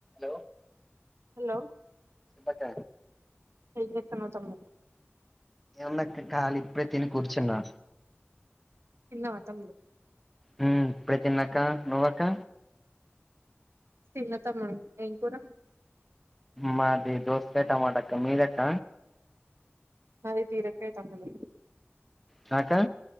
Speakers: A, in the centre; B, on the right.
A: Hello
B: hello
A: చెప్పక్క
B: ఏంచేస్తున్నావు తమ్ము
A: ఏముందక్క ఖాళీ ఇప్పుడే తిని కూర్చున్నా
B: తిన్నావా తమ్ముడు
A: హ్మ్ ఇప్పుడె తిన్నక్క నువ్వక్క
B: తిన్న తమ్ము మ ఎంకురా
A: మాది దోస టమాట అక్క మీదక్క
B: మాది బీరకాయ తమ్ముడు
A: కాకా